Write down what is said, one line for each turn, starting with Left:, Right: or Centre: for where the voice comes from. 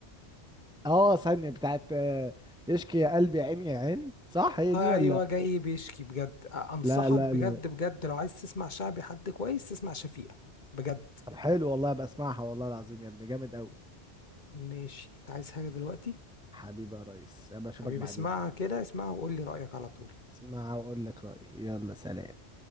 Centre: اه ثانيه بتاعت آه، اشكي يا قلبي يا عيني يا عين صح هي
Left: ايوه
Centre: دي ولا
Left: جاي بيشكي بجد انصحك
Centre: لا لا
Left: بجد
Centre: لا
Left: بجد لو عايز تسمع شعبي حد كويس تسمع شفيقة بجد
Centre: طب حلو والله بسمعها والله العظيم يا ابني جامد قوي
Left: ماشي انت عايز حاجة دلوقتي
Centre: حبيبي يا ريس ابقى اشوفك
Left: حبيبي
Centre: بعدين
Left: اسمعها كده اسمعها وقول لي رأيك على طول
Centre: اسمع واقول لك رايي يلا سلام